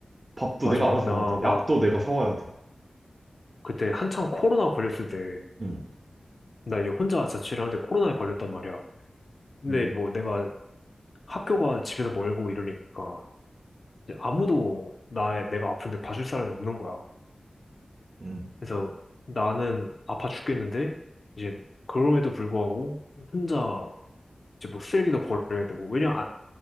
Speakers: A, on the right; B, on the left.
A: 밥도
B: 맞아
A: 내가 알아서
B: 나
A: 먹어야 돼. 약도
B: 막
A: 내가 사와야 돼.
B: 그때 한창 코로나 걸렸을 때
A: 응,
B: 나 이제 혼자 자취를 하는데 코로나에 걸렸단 말이야. 근데
A: 응,
B: 뭐 내가 학교가 집에서 멀고 이러니까 이제 아무도 나 내가 아픈데 봐줄 사람이 없는 거야.
A: 응,
B: 그래서 나는 아파 죽겠는데 이제 그럼에도 불구하고 혼자 이제 뭐 쓰레기도 버려야 되고 왜냐 아,